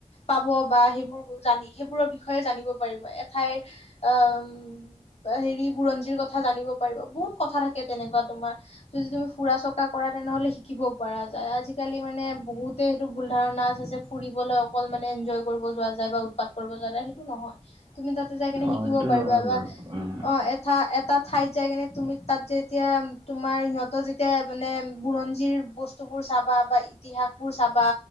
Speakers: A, on the left; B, on the right.
A: পাব বা সেইবোৰ জানি সেইবোৰৰ বিষয়ে জানিব পাৰিব এঠাইৰ আম বা হেৰি বুৰঞ্জীৰ কথা জানিব পাৰিব, বহুত কথা থাকে তেনেকুৱা তোমাৰ যদি তুমি ফুৰা চকা কৰা তেনেহ'লে শিকিব পৰা যায়, আজিকালি মানে বহুতে সেইটো ভুল ধাৰণা আছে যে ফুৰিবলৈ অকল মানে এনজয় কৰিব যোৱা যায় বা উৎপাত কৰিব যোৱা যায় সেইটো নহয় তুমি তাতে যাই কেনে
B: অ
A: শি থিব
B: সেইটো
A: পাৰিবা
B: নহয়
A: বা
B: বাৰু উম
A: অ এ ঠা এটা ঠাইত যাই কিনে তুমি তাত যেতিয়া তোমাৰ সিহঁতৰ যেতিয়া মানে বুৰঞ্জীৰ বস্তু বস্তুবোৰ চাবা বা ইতিহাসবোৰ চাবা